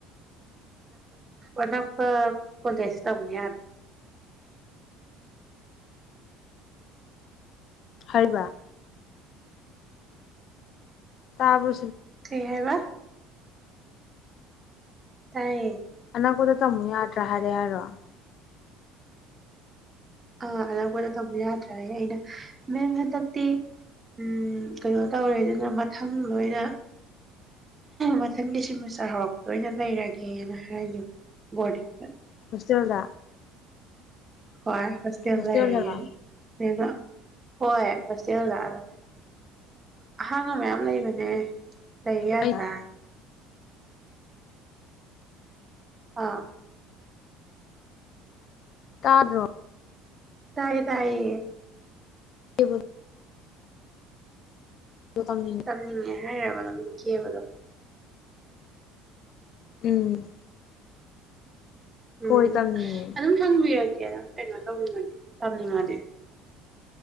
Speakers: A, on the right; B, on the left.
A: ꯃꯟꯅꯀ ꯏꯁ ꯇ ꯌꯥ
B: ꯍꯥꯏꯔꯤꯕ ꯇꯥꯕꯨ
A: ꯁꯤ ꯍꯥꯏꯕ ꯇꯌꯦ
B: ꯀꯗ ꯇ ꯃ ꯌꯥꯗ ꯔꯍꯥꯏꯔꯦꯔꯣ
A: ꯑꯥ ꯑꯅꯧꯕꯗ ꯇꯧꯕ ꯌꯥꯗ꯭ꯔꯦ ꯑꯩꯅ ꯃꯦꯝ ꯍꯟꯗꯛꯇꯤ ꯎꯝ ꯀꯩꯅꯣ ꯇꯧꯔꯦ ꯑꯗꯨꯅ ꯃꯊꯪ ꯂꯣꯏꯅ ꯃꯊꯪ ꯂꯤꯁꯤꯡꯃ ꯆꯍꯔꯛ ꯂꯣꯏꯅ ꯂꯩꯔꯒꯦꯅ ꯍꯥꯏꯒꯦ ꯕꯣꯔꯗꯤꯡꯗ
B: ꯈꯁꯔꯕꯗ
A: ꯍꯣꯏ ꯍꯣꯇꯦꯜ
B: ꯍꯣꯁꯇꯦꯜꯗꯔꯣ
A: ꯂꯩ ꯍꯣꯏ ꯍꯣꯁꯇꯦꯜꯗ ꯑꯗ ꯑꯍꯥꯡꯕ ꯃꯌꯥꯝ ꯂꯩꯕꯅꯦ ꯂꯩꯌꯥ
B: ꯑꯩ
A: ꯇ ꯑꯥ
B: ꯇꯥꯗ꯭ꯔꯣ
A: ꯇꯥꯏꯌꯦ ꯇꯥꯏꯌꯦ
B: ꯀ ꯇꯝꯅꯤꯡꯉꯦ
A: ꯇꯝꯅꯤꯡꯉ‌ꯦ ꯍꯩ ꯔꯕ ꯅꯪ ꯁꯨ ꯀꯦꯕꯥ ꯗꯣ
B: ꯎꯝ ꯈꯣꯏ
A: ꯎꯝ
B: ꯇꯝꯅꯤꯡꯉꯦ
A: ꯑꯗꯨꯝ ꯈꯪꯕꯤꯌ ꯀꯩꯅꯣ ꯇꯧꯅꯤꯡꯉꯦ ꯇꯝꯅꯤꯡꯉꯗꯤ